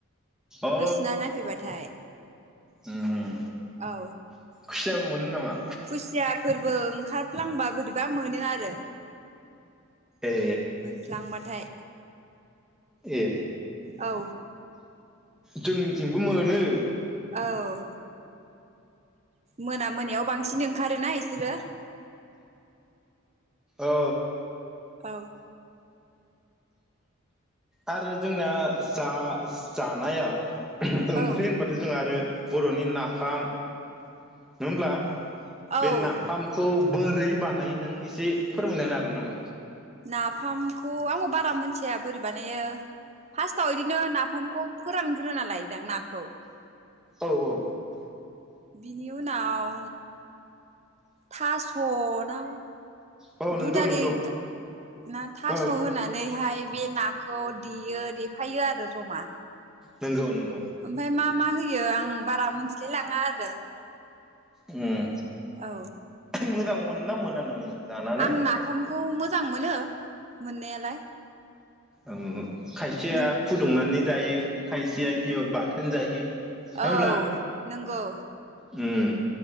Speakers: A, in the centre; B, on the right.
A: अ
B: थस सुना नायफैबाथाय।
A: उम
B: औ
A: खुसियाबो मोनो नामा?
B: खुसिया फोरबो ओंखारफ्लांबा बोरैबा मोनो आरो।
A: ए
B: मोनफ्लांबाथाय।
A: ए
B: औ
A: जोंनिथिंबो मोनो।
B: औ। मोना मोनायाव बांसिन ओंखारो ना इसोरो।
A: औ।
B: औ।
A: आरो जोंना जा-जानायाव ओंख्रि
B: औ
A: होनबाथ' जोंहा आरो बर'नि नाफाम नङा होमब्ला
B: औ
A: बे
B: औ
A: नाफामखौ बोरै बानायो नों एसे फोरमायना होनो हागोन नामा?
B: नाफामखौ आंबो बारा मोनथिया। बोरै बानायो फार्स्टाव बिदिनो नाफामखौ फोरानग्रोना लायोदां नाखौ।
A: औ औ।
B: बिनि उनाव थास' ना
A: औ नंगौ
B: दुदालि
A: नंगौ
B: ना थास'
A: औ
B: होनानैहाय बे नाखौ देयो देफायो आरो जमा।
A: नंगौ नंगौ।
B: ओमफ्राय मा मा होयो आं बारा मिथिलाय लाङा आरो।
A: उम।
B: औ।
A: मोजां मोनो ना मोना नोङो? जानानै?
B: आं नाफामखौ मोजां जां मोनो। मोननायालाय।
A: ओम। खायसेया
B: नों
A: फुदुंनानै जायो खायसेया एव बाथोन जायो। नङा होमब्ला
B: औ नों गौ।
A: उम।